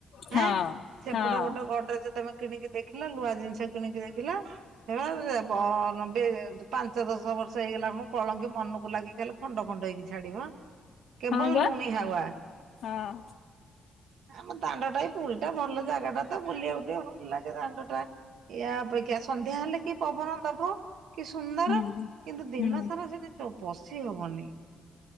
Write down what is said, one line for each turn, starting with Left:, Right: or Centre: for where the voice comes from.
Left: ହଁ
Right: ହାଁ ସେପଟ
Left: ହଁ
Right: ଗୋଟେ ଗଡରେ ଯେ ତମେ କିଣିକି ଦେଖିଲ ଲୁହା ଜିନିଷ କିଣିକି ଦେଖିଲ? ହେରା ପ୍ ନବେ ପାଞ୍ଚ ଦଶ ବର୍ଷ ହେଇଗଲା ମୁ କଳଙ୍ଗୀ ମନକୁ ଲାଗି ଖଲେ ଖଣ୍ଡ ଖଣ୍ଡ ହେଇକି ଛାଡିବ। କେବଳ
Left: ହଁ ବା
Right: ଲୁଣି ହାୱା
Left: ହଁ।
Right: ଆମ ଦାଣ୍ଡ ଟା ପୁରୀ ଟା ଭଲ ଜାଗା ଟା ବୁଲିବାକୁ ଟେ ଭଲ ଲାଗେ ଦାଣ୍ଡ ଟା ୟା ଅପେକ୍ଷା ସନ୍ଧ୍ୟା ହେଲେ କି ପବନ ଦବ କି ସୁନ୍ଦର
Left: ହୁଁ
Right: କିନ୍ତୁ ଦିନ
Left: ହୁଁ
Right: ସାରା ସେଠି ଚ ପଶି ହବନି।